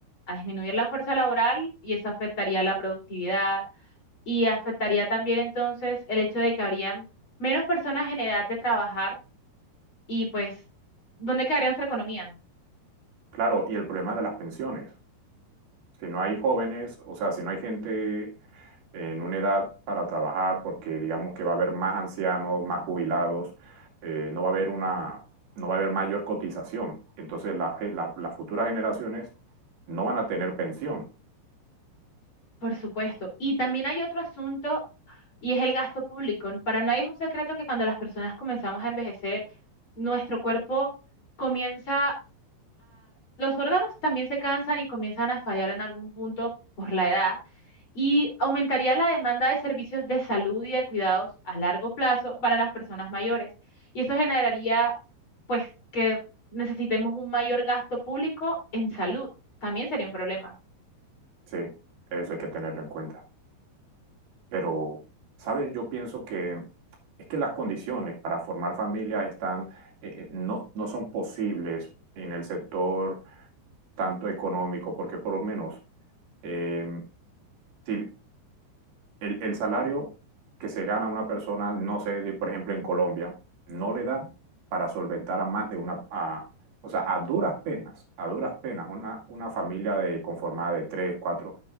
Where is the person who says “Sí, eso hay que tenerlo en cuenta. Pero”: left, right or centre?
Right